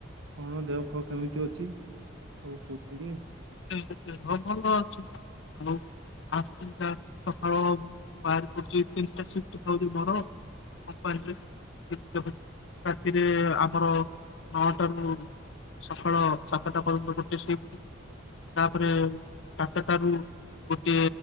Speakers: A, on the right; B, on the left.
A: କଣ ଦେହ ଫଅ କେମିତି ଅଛି ସବୁ କୁହ ଟିକେ।
B: <inaudible> ଭଲ ଅଛି ଆଉ <inaudible> କମ୍ପାନୀରେ <unintelligible> ରାତିରେ ଆମର ନଅଟା ରୁ। ସଖାଳ ସାତଟା ପର୍ଯ୍ୟନ୍ତ ଗୋଟେ ସିପ୍ଟି। ତାପରେ ସାତଟାରୁ। ଗୋଟେ